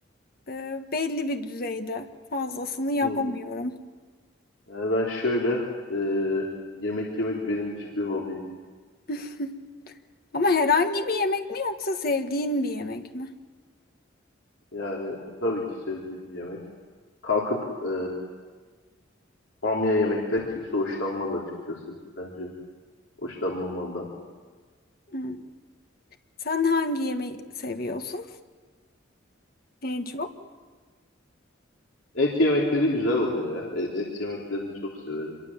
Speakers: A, on the left; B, on the left.
A: e, belli bir düzeyde fazlasını yapamıyorum.
B: Hı. Yani ben şöyle e, yemek yemek benim için bir hobi.
A: <laughs> Ama herhangi bir yemek mi yoksa sevdiğin bir yemek mi?
B: Yani tabii ki sevdiğim bir yemek. Kalkıp e, bamya yemekten kimse hoşlanmaz açıkçası. Bence hoşlanmamalı da.
A: Hmm. Sen hangi yemeği seviyorsun en çok?
B: E, et yemekleri güzel oluyor ya. E- Et, yemeklerini çok severim.